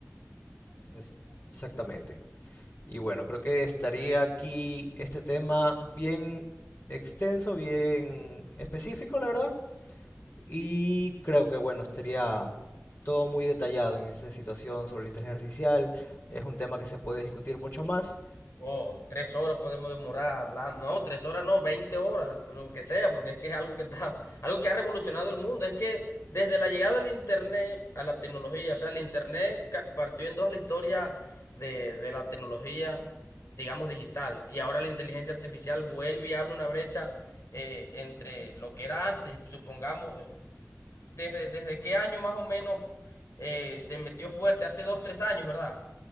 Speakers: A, on the left; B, on the left.
A: es- Exactamente. Y bueno, creo que estaría aquí este tema bien extenso, bien específico, la verdad. Y creo que bueno, estaría todo muy detallado en esta situación sobre la inteligencia artificial. Es un tema que se puede discutir mucho más.
B: Oh, tres horas podemos demorar hablando. No, tres horas no, 20 horas, lo que sea, porque es que es algo que está, algo que ha revolucionado el mundo. Es que desde la llegada del Internet a la tecnología, o sea, el Internet ca- partió en dos la historia de, de la tecnología, digamos, digital. Y ahora la inteligencia artificial vuelve y abre una brecha eh, entre lo que era antes, supongamos, desde, desde qué año más o menos eh, se metió fuerte, hace dos, tres años, ¿verdad?